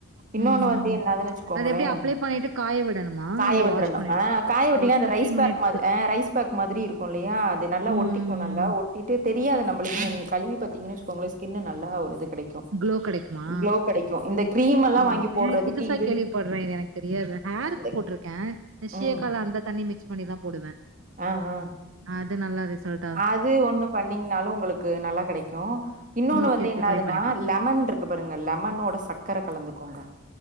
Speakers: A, on the right; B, on the right.
A: இன்னொன்னு
B: ம்
A: வந்து என்னதுன்னு வச்சுக்கோங்களே
B: அது எப்டி அப்ளை பண்ணிட்டு காய விடணுமா
A: காய
B: இல்ல
A: விட்றணு
B: வாஷ் பண்ணி
A: ஆ காய விட்டிங்கனா
B: ஒரு
A: அந்த
B: ஃபிப்டீன்
A: ரைஸ் பேக்
B: மினிட்ஸ்
A: மா அ ரைஸ் பேக் மாதிரி இருக்கு இல்லையா அது நல்லா
B: ம்
A: ஒட்டிக்கு நல்லா ஒ ட்டிட்டு தெரியாது நம்ளுக்கு நீங்க கிழுவி பாத்தீங்கன்னா வச்சுக்கோங்களே ஸ்கின்னு நல்லா ஒரு இது கெடை க்கு
B: க்ளோ கெடைக்குமா
A: க்ளோ கெடைக்கு இந்த கிரீம் எல்லாம்
B: ஓ
A: வாங்கி
B: அப்ப
A: போடுறதுக்கு
B: புதுசா
A: இது
B: கேள்விப்படுற இது எனக்கு தெரியாது ஹேருக்கு
A: அந்த
B: போட்ருக்க அந்த சீயக்கலா
A: ம்
B: அந்த தண்ணி மிக்ஸ் பண்ணிதா போடுவ
A: ஆ ஆ
B: அது நல்லா ரிசல்ட்
A: அது ஒண்ணு பண்ணீங்கனாலு உங்களுக்கு நல்லா கெடைக்கு இன்னொன்னு
B: ஓகே
A: வந்து
B: ஓகே
A: என்னாதுன்னா
B: ட்ரை பண்ணி பாக்குறே
A: லெமன்ருக்கு பாருங்க லெமனோட சக்கர கலந்துக்கோங்க